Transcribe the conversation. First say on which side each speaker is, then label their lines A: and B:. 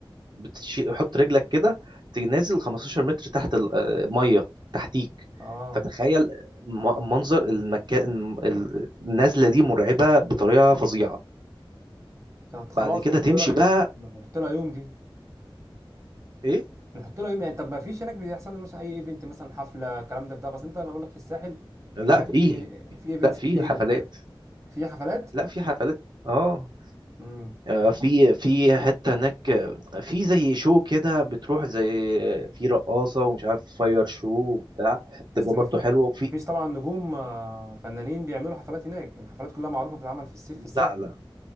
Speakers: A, on the right; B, on the right.
A: بتشيل حط رجلك كده تيجي نازل 15 متر تحت الميه تحتيك
B: اه
A: فتخيل م- منظر المكان ال- النزله دي مرعبه بطريقه فظيعه
B: طب خلاص
A: فبعد كده
B: نحط
A: تمشي
B: لها
A: بقى
B: نحط لها يوم دي
A: ايه
B: نحط لها يوم يعني طب ما فيش هناك بيحصل لي مثلا اي ايفنت مثلا حفله الكلام ده في ده بس انت انا اقول لك في الساحل
A: لا
B: آه،
A: فيه
B: في في ايفنتس
A: لا فيه
B: كتير
A: حفلات
B: وبتاع في حفلات
A: لا في حفلات اه
B: امم
A: آه، في في حته هناك آه، في زي شو كده بتروح زي آه، في رقاصه ومش عارف فاير شو وبتاع بتبقى
B: بس
A: برضو
B: ما في
A: حلوه وفي
B: ما فيش طبعا نجوم آه، فنانين بيعملوا حفلات هناك الحفلات كلها معروفه بتتعمل في الصيف
A: لا
B: في الساحل
A: لا